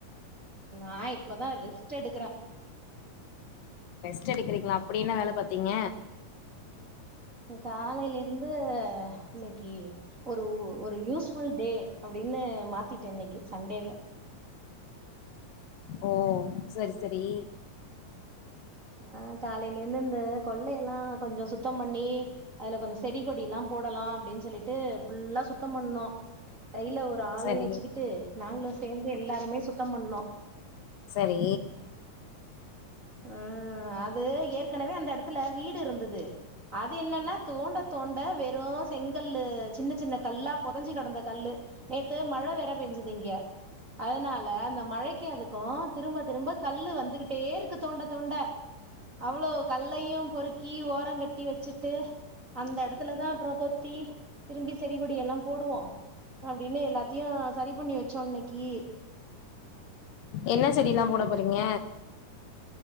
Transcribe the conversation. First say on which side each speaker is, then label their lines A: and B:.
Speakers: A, on the right; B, on the left.
A: நா இப்பதா ரெஸ்ட் எடுக்கறே
B: ரெஸ்ட் எடுக்கறீங்ளா அப்பிடி என்ன வேல பாத்தீங்க
A: காலைலிர்ந்து இன்னைக்கி ஒரு ஒரு யூஸ் ஃபுல் டே அப்டினு மாத்திட்டே இன்னைக்கி சண்டேவ
B: ஓ செரி செரி
A: ஆ காலைலிர்ந்து இந்த கொல்லையெல்லா கொஞ்சோ சுத்தம் பண்ணி அதுல கொஞ்சோ செடி கொடில்லா போடலா அப்டின் சொல்லிட் டு ஃபுல்லா சுத்தம் பண்ணோ கைல ஒரு ஆளயு
B: சரி
A: வெச்சுக்கிட்டு நாங்ளு சேந்து எல்லாருமே சுத்தம் பண்ணோ
B: சரி
A: ம் அது ஏற்கனவே அந்த எடத்துல வீடுருந்தது அ து என்னன்னா தோண்ட தோண்ட வெறு செங்கல்லு சின்ன சின்ன கல்லா பொதஞ்சு கெடந்த கல்லு நேத்து மழ வேற பேஞ்சது இங்க அதனால அந்த மழைக்கு அதுக்கு திரும்ப திரும்ப கல்லு வந்துகிட்டே இர் க்கு தோண்ட தோண்ட அவ்ளோ கல்லையு பொருக்கி ஓரங்கட்டி வெச்சுட்டு அந்த எடத்துல தா அப்பறோ கொத்தி திரும்பி செடி கொடி எல்லா போடுவோ அப்டினு எல்லாத்தையு சரி பண்ணி வச்சோ இன்னைக்கி
B: என்ன செடில்லா போட போறீங்க